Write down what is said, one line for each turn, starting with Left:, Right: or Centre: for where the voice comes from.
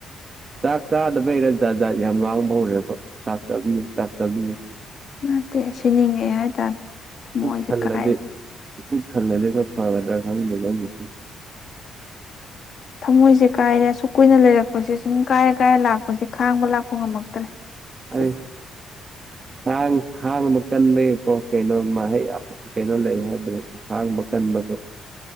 Right: ꯆꯥꯛ ꯆꯥꯗꯕꯩꯔ ꯖꯥꯠꯖꯥꯠ ꯌꯥꯝ ꯉꯥꯡꯕ ꯍꯧꯔꯦꯕ ꯆꯥꯛ ꯆꯤꯕꯤꯌꯨ ꯆꯥꯛ ꯆꯥꯕꯤꯌꯨ
Left: ꯅꯠꯇꯦ ꯁꯤꯅꯤꯡꯉꯛꯑꯦ ꯍꯥꯏꯇꯥꯔꯦ ꯊꯃꯣꯏꯁꯦ
Right: ꯄꯨꯛ ꯊꯜꯂꯗꯤ
Left: ꯀꯥꯏꯔꯦ
Right: ꯊꯜꯂꯗꯤ ꯈ ꯐꯒꯠꯗ꯭ꯔ ꯈꯪꯗꯅꯁ
Left: ꯊꯃꯣꯏꯁꯦ ꯀꯥꯏꯔꯦ ꯑꯁꯨꯛ ꯀꯨꯏꯅ ꯂꯩꯔꯛꯄꯁꯦ ꯁꯨꯝ ꯀꯥꯏꯔ ꯏꯀꯥꯏ ꯂꯥꯛꯄꯁꯦ ꯈꯥꯡꯕ ꯂꯥꯛꯄ ꯉꯝꯃꯛꯇ꯭ꯔꯦ
Right: ꯑꯩꯁ
Left: ꯑꯁ
Right: ꯊꯥꯡ ꯊꯥꯡꯕ ꯀꯟꯕꯩꯀꯣ ꯀꯩꯅꯣꯩ ꯀꯩꯅꯣ ꯂꯩ ꯍꯥꯏꯕ ꯊꯥꯡꯕ ꯀꯟ ꯀꯝꯕ